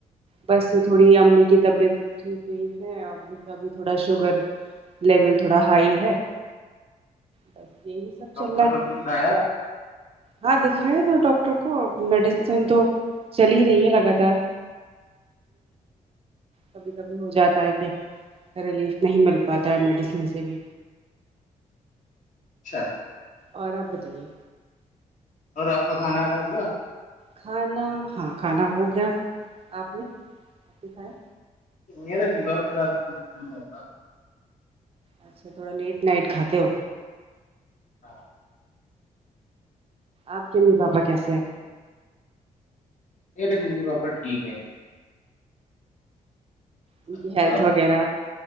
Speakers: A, on the right; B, on the left.
A: بس تھوڑی امی کی طبیعت ٹھیک نہیں ہے اور م کا بھی تھوڑا شوگر لیول تھوڑا ہائی ہے بس یہی سب
B: ڈاکٹر
A: چل رہا ہے
B: کو نہیں دکھایا
A: ہاں دکھایا تھا ڈاکٹر کو میڈی تو چل ہی رہی ہے لگاتار کبھی کبھی ہو جاتا ہے کہ ریلیف نہیں مل پاتا ہے میڈیسن سے بھی
B: اچھا
A: اور آپ بتائیے
B: اور آپ کا کھانا آنا ہوگا
A: کھانا ہاں کھانا ہو گیا آپ نے کھایا
B: یرا نہیں ہو میرا ابھی تھوڑی دیر میں ہوگتا
A: اچھا تھوڑا لیٹ نائٹ کھاتے ہو
B: ہاں
A: آپ کے امی پاپا کیسے ہیں
B: میرے ممی پاپا ٹھیک ہے
A: ان کی
B: بتاؤ
A: ہیلتھ وغیرہ